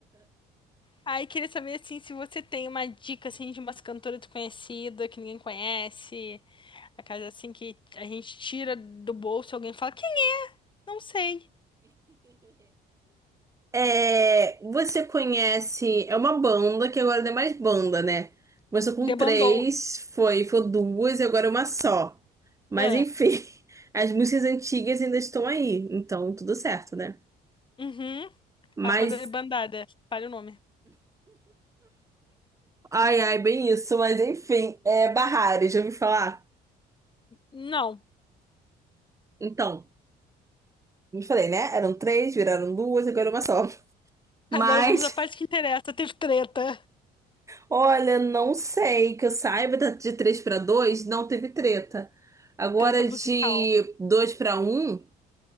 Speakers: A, on the left (about 30°); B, on the right (about 20°).
A: Aí queria saber, assim, se você tem uma dica, assim, de umas cantoras desconhecidas, que ninguém conhece, a casa, assim, que a gente tira do bolso e alguém fala, quem? Não sei.
B: É, você conhece. É uma banda que agora não é mais banda, né? Começou com
A: Debandou.
B: três, foi, foi duas e agora é uma só. Mas
A: Ah,
B: enfim, <laughs> as músicas antigas ainda estão aí, então tudo certo, né?
A: uhum,
B: Mas.
A: a banda debandada, fale o nome.
B: Ai, ai, bem isso, mas enfim, é Barrari, já ouvi falar?
A: Não.
B: Então, me falei, né? Eram três, viraram duas, agora é uma só. <laughs> Mas.
A: Agora vamos à parte que interessa, teve treta,
B: Olha, não sei que eu saiba da- de 3 para 2 não teve treta. Agora
A: treta musical.
B: de 2 para um